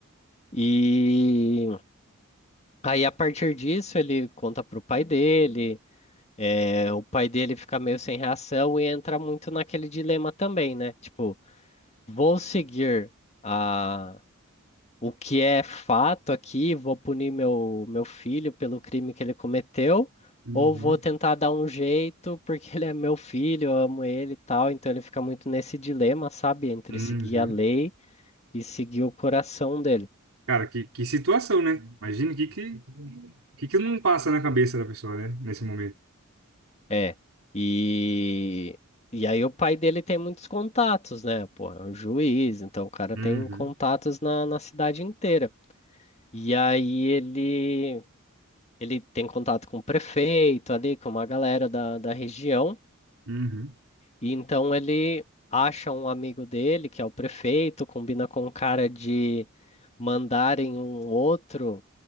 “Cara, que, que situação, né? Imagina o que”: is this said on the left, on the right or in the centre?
Right